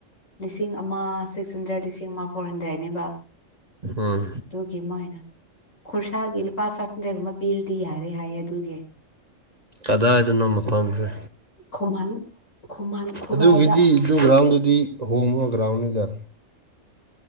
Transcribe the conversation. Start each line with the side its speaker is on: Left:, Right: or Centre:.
Left: ꯂꯤꯁꯤꯡ ꯑꯃ ꯁꯤꯛꯁ ꯍꯟꯗ꯭ꯔꯦꯗ ꯂꯤꯁꯤꯡ ꯑꯃ ꯐꯣꯔ ꯍꯟꯗ꯭ꯔꯦꯠꯅꯤꯕ
Right: ꯎꯝ
Left: ꯑꯗꯨꯒꯤ ꯑꯃ ꯑꯩꯅ ꯈꯨꯔꯁꯥꯒꯤ ꯂꯨꯄꯥ ꯐꯥꯏꯚ ꯍꯟꯗꯔꯦꯗ ꯀꯨꯝ ꯃ ꯄꯤꯔ ꯗꯤ ꯌꯥꯔꯦ ꯍꯥꯏꯌꯦ ꯑꯗꯨꯒꯤ
Right: ꯀꯗꯥꯏꯗꯅꯣ ꯃꯐꯝꯁꯦ
Left: ꯈꯨꯃꯟ ꯈꯨꯃꯟ ꯈꯨꯔꯥꯏꯗ
Right: ꯑꯗꯨꯒꯤꯗꯤ ꯑꯗꯨ ꯒ꯭ꯔꯥꯎꯟꯗꯨꯗꯤ ꯍꯣꯡꯕ ꯒ꯭ꯔꯥꯎꯟꯅꯤꯗ